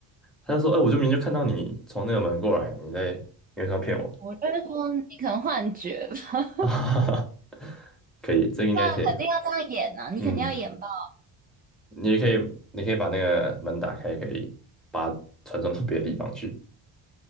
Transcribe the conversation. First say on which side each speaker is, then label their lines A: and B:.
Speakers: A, in the centre; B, on the right.
A: 他就说：“哎、我就明明就看到你从那个门过来，你在你为什么要骗我？”
B: 么我就是说你可能幻觉吧，<laughs>
A: <laughs> 哈哈可以，这个应该可以。
B: 对啊，肯定要这样演呐、啊，你肯定要演爆。
A: 嗯，你也可以，你可以把那个门打开，可以把它传送到别的地方去。